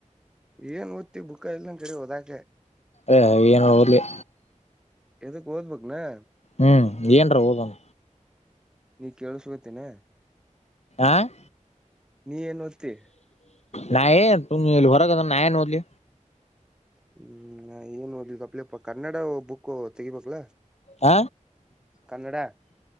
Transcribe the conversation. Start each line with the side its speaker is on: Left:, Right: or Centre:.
Centre: ಏನ್ ಹೊತ್ತಿ ಬುಕ್ಕ ಇಲ್ಲಂದ ಕಡೆ ಹೋದಾಕೆ..
Left: ಅ ಏನು ಹೋಗರ್ಲಿ..
Centre: ಎದಕ್ ಓದ್ಬೇಕಕ್ನಾ..
Left: ಹ್ಮ ಏನ್ರ ಹೋಗಮ್..
Centre: ನೀ ಕೇಳಸಗತೇನ..
Left: ಆ.
Centre: ನೀ ಏನ್ ಒತ್ತಿ.
Left: ನ ತು ಹೊರ ಕದ ನಏನು ಮೋದಲಿ..
Centre: ಹ್ಮ್ ಏನು ತಪ್ಲಪ ಕನ್ನಡ ಬುಕ್ ತೆಗಿಬೇಕಕ್ಲಾ..
Left: ಹ
Centre: ಕನ್ನಡ..